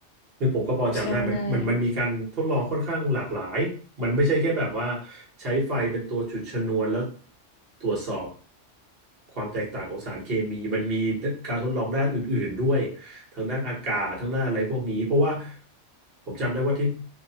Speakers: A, on the right; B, on the left.
A: ซึ่งผมก็พอจำได้มันมันมันมีการทดลองค่อนข้างหลากหลายมันไม่ใช่แค่แบบว่า
B: ใช่
A: ใช้ไฟเป็นตัวจุดชนวนแล้วตรวจสอบความแตกต่างของสารเคมีมันมีการทดลองด้านอื่นๆด้วย ทางด้านอากาศทางด้านอะไรพวกนี้เพราะว่าผมจำได้ว่าที่